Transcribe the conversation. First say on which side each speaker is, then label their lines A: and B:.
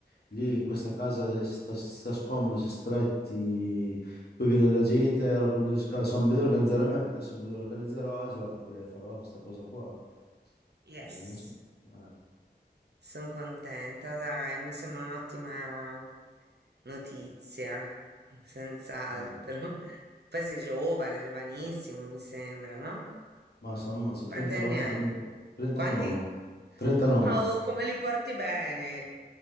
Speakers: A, on the left; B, on the right.
A: lì in questa casa si sta, si sta scomodi, si è stretti, poi viene la gente, ero per me, insomma, mi devo organizzare meglio, adesso mi devo organizzerò e, ce la fa- e farò questa cosa qua.
B: Yes.
A: Eh, non so, eh,
B: Son contenta, dai, mi sembra un'ottima notizia, senz'altro.
A: no.
B: <laughs> Poi sei giovane, giovanissimo, mi sembra, no?
A: ma insomma, ho 39
B: Quanti anni hai?
A: anni, 39,
B: Quanti?
A: 39,
B: Wow, come li porti bene!